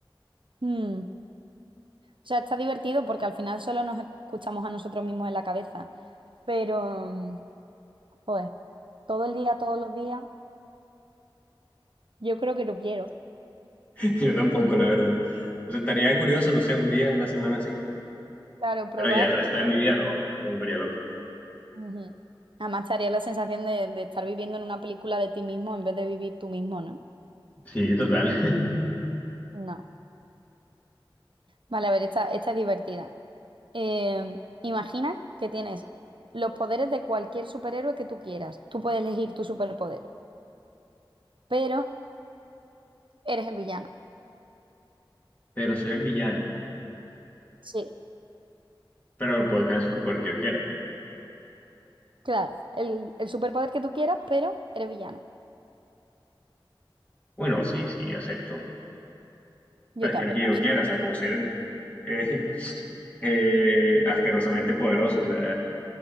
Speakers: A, on the right; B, on the left.
A: Mm. O sea, está divertido porque al final solo nos escuchamos a nosotros mismos en la cabeza. Pero, mm, joder, todo el día, todos los días, yo creo que lo quiero.
B: <laughs> Yo tampoco, la verdad. Entonces estaría curioso, no sé, un día, una semana así.
A: Claro, probar,
B: Pero ya el resto
A: pero...
B: de mi vida no, no me volvería loco.
A: ujú. Además, te haría la sensación de, de estar viviendo en una película de ti mismo en vez de vivir tú mismo, ¿no?
B: Sí, total.
A: No. Vale, a ver, esta, esta es divertida. Eh, imagina que tienes los poderes de cualquier superhéroe que tú quieras. Tú puedes elegir tu superpoder, pero eres el villano.
B: <laughs> Pero soy el villano.
A: Sí.
B: Pero puedo tener el superpoder que yo quiera.
A: Claro, el, el superpoder que tú quieras, pero eres villano.
B: Bueno, sí, sí, acepto.
A: Yo
B: Pero
A: también.
B: es que el que yo quiera, o sea, puedo ser eh, <laughs> eh, asquerosamente poderoso, o sea,